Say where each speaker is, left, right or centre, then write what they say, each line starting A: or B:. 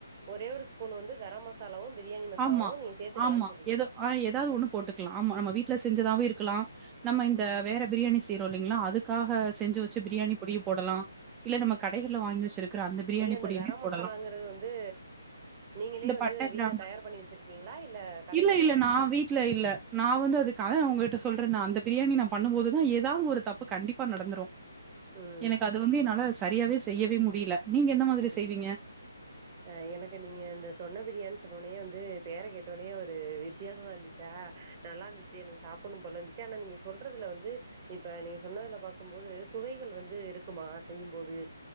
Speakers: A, on the right; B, on the right.
A: ஒரே ஒரு ஸ்பூன் வந்து கரம் மசாலாவும் பிரியாணி மசாலாவும்
B: ஆமா,
A: நீங்க சேர்த்துக்கலானு
B: ஆமா.
A: சொல்றீங்க
B: ஏதோ ஆ ஏதாவது ஒண்ணு போட்டுக்கலாம். ஆமா, நம்ம வீட்ல செஞ்சதாவே இருக்கலாம் நம்ம இந்த
A: ம்
B: வேற பிரியானி சொல்லீங்களா அதுக்காக செஞ்சு வச்சு பிரியாணி பொடிய போடலாம் இல்ல நம்ம கடைகள்ல வாங்கி வச்சிருக்கிற அந்த பிரியாணி
A: இல்ல இந்த
B: பொடியுமே
A: கரம்
B: போடலாம்
A: மசாலாங்கிறது வந்து நீங்களே
B: இந்த
A: வந்து
B: பட்டா
A: வீட்ல
B: கிராம்
A: தயார் பண்ணி வச்சிருக்கீங்களா இல்ல கடையில
B: இல்ல
A: தா
B: இல்ல
A: வாங்க
B: நா வீட்டுல இல்ல நான் வந்து அதுக்காக அவங்கிட்ட சொல்றே ந அந்த பிரியாணி ந பண்ணும்போதுதா ஏது ஏதாவது ஒரு தப்பு கண்டிப்பா நடந்துரும்
A: ம்
B: எனக்கு அது வந்து என்னால சரியாவே செய்யவே முடியல நீங்க எந்த மாதிரி
A: உம்
B: செய்வீங்க?
A: அஹ் எனக்கு நீங்க இந்த தொன்ன பிரியாணினு சொன்னோனையே வந்து பேற கேட்டோனையே ஒரு ஒரு வித்தியாசமா இருந்துச்சா நல்லா இருந்துச்சு எனக்கு சாப்பிடணும் போல இருந்துச்சு ஆனா நீங்க சொல்றதுல வந்து இப்ப நீங்க சொன்னதுல பாக்கும் போது சுவைகள் வந்து இருக்குமா செய்யும்போது